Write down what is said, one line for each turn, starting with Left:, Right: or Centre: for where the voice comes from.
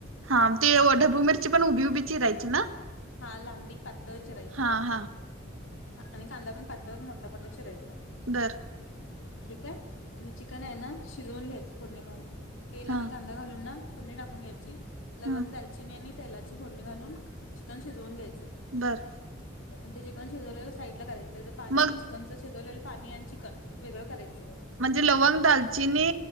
Right: हा ती ढबू मिरची पण उभी, उभी चिरायची ना!
Left: हा लांबडी पातळ चिरायची
Right: हा हा
Left: आणि कांदा पातळ पण मोठा, मोठा चिरायचा.
Right: बंर
Left: ठीक आहे. आणि चिकन आहे ना! शिजवून घ्यायचं पोडनी मधून तेल आणि
Right: हा
Left: कांदा घालून ना फोडणी टाकून घ्यायची लवंग,
Right: हम्म
Left: दालचिनी आणि तेलाची फोडणी घालून चिकन शिजवून घ्यायचं.
Right: बरं
Left: आणि ते चिकन शिजवले. साईड ला करायचं त्याच पाणी
Right: मग
Left: चिकन शेजवलेलं पाणी आणि चिकन वेगळं करायचं.
Right: म्हणजे लवंग दालचिनी